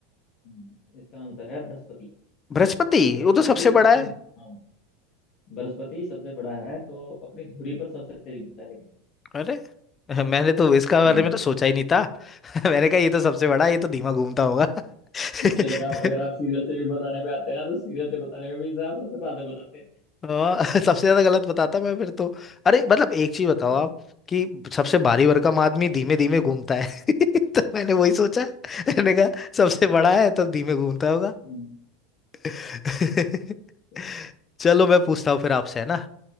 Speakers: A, on the left; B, on the left.
A: हम्म, इसका आंसर है बृहस्पति
B: बृहस्पति
A: बृहस्पति
B: वो तो सबसे बड़ा
A: अपनी
B: है
A: हाँ बृहस्पति सबसे बड़ा है तो अपनी धुरी पर सबसे तेज घूमता है लेकिन
B: अरे <laughs> मैंने तो इसका बारे
A: हम्म
B: में तो सोचा ही नहीं था <laughs> मैंने कहा ये तो सबसे बड़ा है, ये तो धीमा घूमता होगा <laughs>
A: अगर आप अगर आप सीरियल से भी बताने पे आते हैं ना तो सीरियल से बताने में भी आप सबसे बाद में बताते
B: हाँ <laughs> सबसे ज्यादा गलत बताता मैं फिर तो अरे मतलब एक चीज बताओ
A: हैं
B: आप कि सबसे भारी
A: <laughs>
B: भरकम आदमी धीमे धीमे घूमता है <laughs> तो मैंने वही सोचा मैंने कहा सबसे बड़ा है तो धीमे घूमता होगा
A: हम्म,
B: <laughs>
A: क्या-
B: चलो मैं पूछता हूँ फिर आपसे है ना